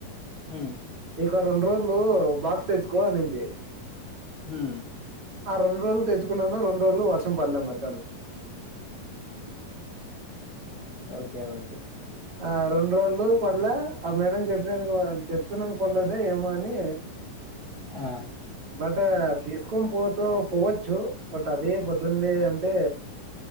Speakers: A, on the left; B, on the right.
A: హ్మ్.
B: ఇక రెండు రోజులు బాక్స్ తెచ్చుకో అనింది
A: హ్మ్
B: ఆ రెండు రోజులు తెచ్చుకున్నాన్నా రెండు రోజులు వర్షం పడలే మధ్యానం
A: ఓకే ఓ
B: ఆ రెండు రోజులు పడ్ల ఆ మేడం చెప్ నుకద తెచ్చుకున్నందు పడలేదా ఏమో అని
A: ఆ!
B: బట్ తీసుకొని పోతూ పోవచ్చు బట్ అదే పొద్దుంది అంటే